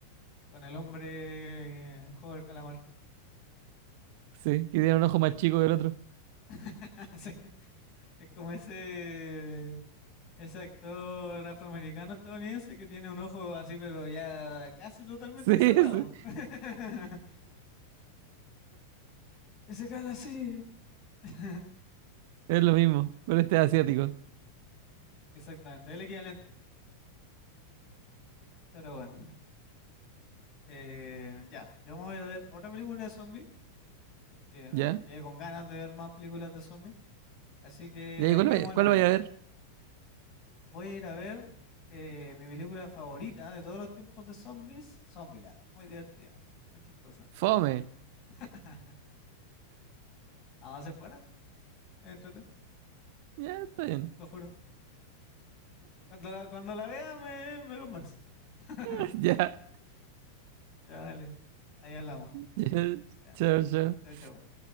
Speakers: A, on the left; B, on the right.
A: Con el hombre eh, juego del calamar.
B: Sí, que tiene un ojo más chico que el otro.
A: <laughs> Sí, Es como ese Ese actor afroamericano estadounidense que tiene un ojo así, pero ya casi totalmente
B: Sí, <laughs>
A: cerrado.
B: sí,
A: <laughs> Ese cala así. <laughs>
B: es lo mismo, pero este es asiático.
A: Sí, exactamente, el equivalente. Pero bueno, Eh, ya, yo me voy a ir a ver otra película de zombies, porque eh,
B: ¿Ya?
A: quedé con ganas de ver más películas de zombies. Así que
B: ¿Ya?
A: ahí
B: ¿Y cuál,
A: quedamos
B: voy-
A: al
B: cuál
A: habla.
B: voy a ver?
A: Voy a ir a ver eh, mi película favorita de todos los tiempos de zombies, Zombieland. Muy divertida, muy chistosa.
B: Fome.
A: <laughs> No, se buena, entrete,
B: Ya, está bien.
A: lo juro. Cuando la, cuando la vea me, me compras <laughs>
B: <laughs> Ya.
A: Ya, dale. Ahí hablamos.
B: ya.
A: Ya.
B: Chao, chao.
A: Chao, chao.